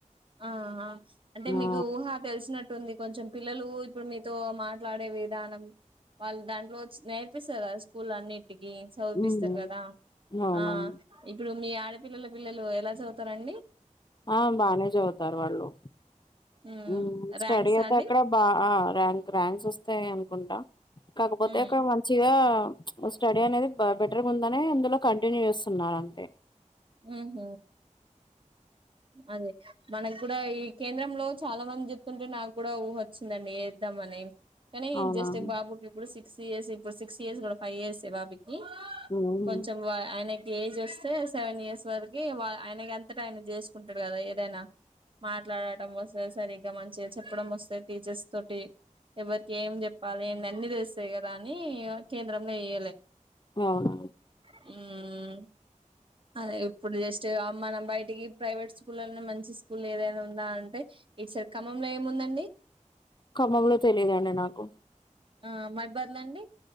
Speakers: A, on the right; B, on the left.
A: ఆ అంటే మీకు
B: ఆ
A: ఊహ తెలిసినట్టుంది కొంచెం పిల్లలు ఇప్పుడు మీతో మాట్లాడే విధానం వాళ్ళు దాంట్లో నేర్పిస్తారు కదా స్కూల్ అన్నింటి టికి చదిపిస్తారు
B: ఉహు
A: కదా
B: అవునవును
A: ఆ ఇప్పుడు మీ ఆడపి పిల్లల పిల్లలు ఎలా చదువుతారండి
B: ఆ బానేే చదువు తారు వాళ్ళు
A: ఉమ్
B: హు స్టడీ
A: ర్యాంక్స్
B: అయితే
A: అండి
B: అక్కడ బా ర్యాంక్ ర్యాంక్స్ వస్తాయి అనుకుంటా కాకపోతే
A: ఉమ్
B: అక్కడ మంచిగా స్టడీ అనేది బెటర్గా ఉందనే అందులో కంటిన్యూ చేస్తున్నారు అంతే
A: ఆ హ అదే మనకు కూడా ఈ కేంద్రంలో చాలా మంది చెప్తుంటే నాకు కూడా ఊ వచ్చిందండి ఎద్దామని కానీ
B: అవునా
A: జస్ట్ బాబు కి ఇప్పుడు సిక్స్ సిస్ ఇప్పు సిక్స్ ఇయర్స్ కూడా ఫైవ్ ఇయర్స్ ఎ బాబుకి
B: అవునండి
A: కొంచెం ఆయన ఏజ్ వస్తే సెవెన్ ఇయర్స్ వరకి వా ఆయనకి అంతాటా ఆయన చేసు కుంటాడు కదా ఏదైనా మాట్లాడడం వస్తే సరిగ్గా మంచిగా చెప్పడం వస్తే టీచర్స్ తోటి ఎవరికి ఏం చెప్పాలి అన్నిీ తెస్తాయి కదా అని కేంద్రంలో వేయ్యలే
B: అవును
A: ఆ అదే ఇప్పుడు జస్ట్ మనం బయటికి ప్రైవేట్ స్కూల్నే మంచి స్కూల్ ఏదైనా ఉందా అంటే ఇటు సైడ్ ఖమ్మం లో ఏముందండి
B: ఖమ్మంలో తెలియదండి నాకు
A: ఆ మైబాద్ లా అండి